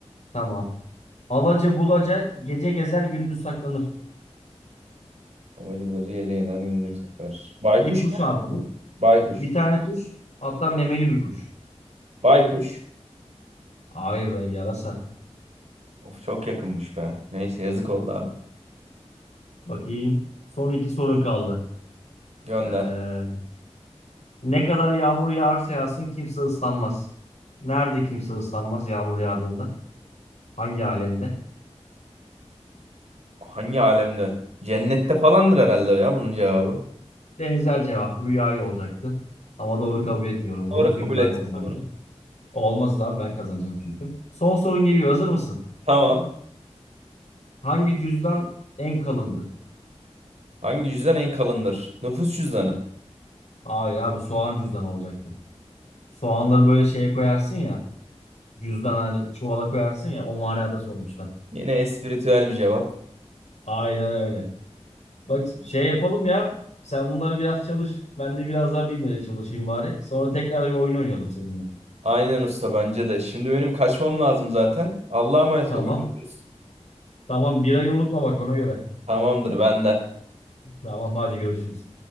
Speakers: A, on the left; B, on the right.
A: tamam. Alaca bulaca gece gezer gündüz saklanır.
B: Amacı bulacı gece yeniden gündür saklar. Baykuş
A: Bir kuş
B: mu?
A: abi bu.
B: Baykuş.
A: Bir tane kuş. Hatta memeli bir kuş.
B: Baykuş.
A: Hayır be yarasa.
B: Of çok yakınmış be. Neyse yazık oldu abi.
A: Bakayım. Son iki sorun kaldı.
B: Gönder.
A: Ee, ne kadar yağmur yağarsa yağsın kimse ıslanmaz. Nerede kimse ıslanmaz yağmur yağdığında? Hangi alemde?
B: Hangi alemde? Cennette falandır herhalde ya bunun cevabı.
A: Benzer cevap rüyayı olacaktı. Ama doğru kabul etmiyorum bunu.
B: Doğru
A: Çünkü
B: kabul
A: ben
B: ettik
A: kazanacağım.
B: bunu.
A: Olmaz abi ben kazanacağım çünkü. Son sorun geliyor. Hazır mısın?
B: Tamam.
A: Hangi cüzdan en kalındır?
B: Hangi cüzdan en kalındır? Nüfus cüzdanı.
A: Hayır abi soğan cüzdanı olacaktı. Soğanları böyle şeye koyarsın ya. Cüzdan hani çuvala koyarsın ya. O manada sormuşlar.
B: Yine espiritüel bir cevap.
A: Aynen öyle. Bak şey yapalım ya. Sen bunları biraz çalış. Ben de biraz daha bilmeye çalışayım bari. Sonra tekrar bir oyun oynayalım seninle.
B: Aynen usta bence de. Şimdi benim kaçmam lazım zaten. Allah'a emanet
A: Tamam.
B: ol. Görüşürüz.
A: Tamam birayı unutma bak ona göre.
B: Tamamdır ben de.
A: Tamam hadi görüşürüz.